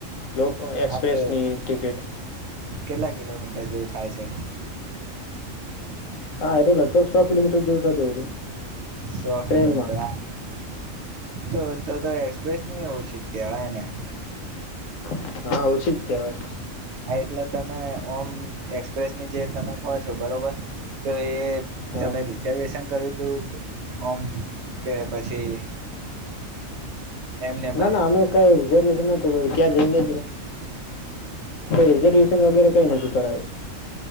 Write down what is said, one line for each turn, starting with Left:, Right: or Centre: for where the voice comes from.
Left: લોકો એક્સપ્રેસની
Right: હા તો
Left: ટિકિટ
Right: કેટલા કિલોમીટર જેવું થાય છે.
Left: હા એ તો લગભગ સો કિલોમીટર જેવું થતું હતું.
Right: સો
Left: ટ્રેનમાં
Right: કિલોમીટર હ તો તો તો એક્સપ્રેસ નહી ઓછી જ કેહેવાયને
Left: <inaudible> હા ઓછી જ કહેવાય.
Right: હા એટલે તમે ઓમ એક્સપ્રેસની જે તમે કહો છો બરોબર તો એ
Left: હા
Right: તમે રિઝર્વેશન કર્યું. ત ઓમ કે પછી એમનેમ
Left: ના
Right: જ
Left: ના અમે કઈ રિઝર્વેશન નતું ત્યાં જઈને રિઝરવેશન વગેરે કઈ નથી કરાયું.